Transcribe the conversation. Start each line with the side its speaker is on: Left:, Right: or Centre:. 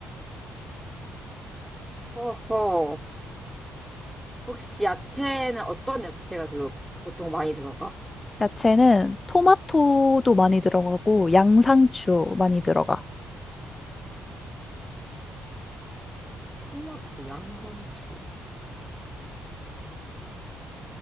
Centre: 허허. 혹시 야채는 어떤 야채가 들어, 보통 많이 들어가?
Left: 야채는 토마토도 많이 들어가고 양상추 많이 들어가.
Centre: 토마토, 양상추.